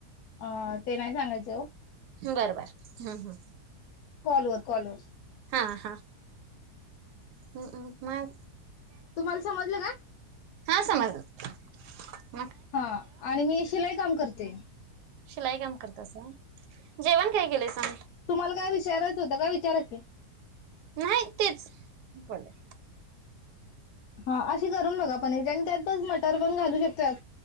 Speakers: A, on the left; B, on the right.
A: अ ते नाही सांगायचं ओ
B: बरोबर हम्म हम्म
A: कॉलवर कॉलवर
B: हा हा हम्म् म
A: तुम्हाला समजलं का
B: हा समजल
A: हा आणि मी शिलाई काम करतो. ते
B: शिलाई काम करतासा जेवण काय केलंय सांग
A: तुम्हाला काय विचारायचं होतंय काय विचाराकी
B: नाही तेच बोला
A: हा अशी करून बघा पण आणि त्यात पस मटर पण घालू शकतात.